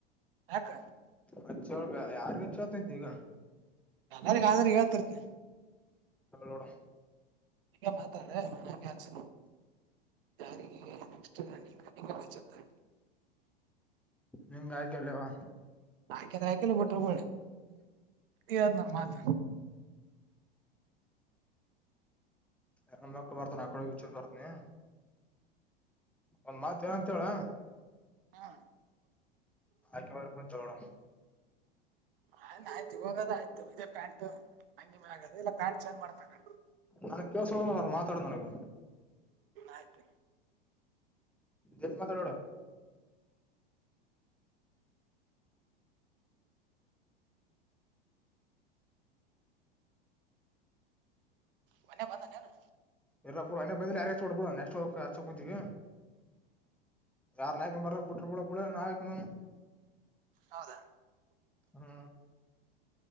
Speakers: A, on the right; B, in the centre.
A: ಹಕ್ಕ
B: ಹಚ್ಚ ಒಳಗ ಯಾರ್ಗ ಹೆಚ್ಚ ಆತಂತ ಈಗ
A: ್ರೆ ಇವತ್ತರ್ತನ
B: ೋಡ
A: ಹಗ ಮಾತಾಡ ನಾನ್ ಹಾಗೆ ಹಾಕ್ಸಿದ ಯಾರಿಗೆ ನೆಸ್ ಬಂತರ
B: ನಿಂಗಾಯ ಕೆಲ್ಲವಾ
A: ಆಾಕಂದ್ರೆ ಆಾಕಲ್ ಬಿಟರುಬ ಇದ್ ನ ಮಾತ
B: ಅಕ್ಕ ಬರ್ತ ನಾಕಳಿ ಹುಚ್ಚ ಬರ್ತನಿ ಒಂದ್ ಮಾತ್ ಏನ ಅಂತ ಹೇಳ
A: ಹಾ
B: ಆಾಕಿ ಮ್ರ ಚಲೋಡ
A: ಹ ಆಯ್ತು ಹೋಗೋದ ಆಯ್ತು ಇದೇ ಪ್ಯಾಂಟ್ ಹಂಗ ಆಗ ಇಲ್ಲ ಪ್ಯಾಂಟ್ ಚೇಂಜ್ ಮಾಡ್ತ ಹ
B: ನನ್ಗ್ ಕಲ್ಸ ಹೋರು ಮಾತಾಡ ನನಗ
A: ಆಯ್ತು
B: ಎಲ್ದ ಮಾತಾಡೋಡ
A: ಮನ್ನ ಬಂದನನು
B: ಎರಾಕ್ಬ ಬಿಡ ಅನ್ನೇ ಬಂದ ಯಾರಚ್ಚ ಕೊಡ್ಬಡ ನೆಕ್ಸ್ಟ್ ಹಚ್ಚ ಕುಂತಿಗೆ ಯಾರ ನಕ ಬ ಪುಟ್ಟಳ ಪಳ ನಾಕಂದ
A: ಹೌದಾ
B: ಹಾ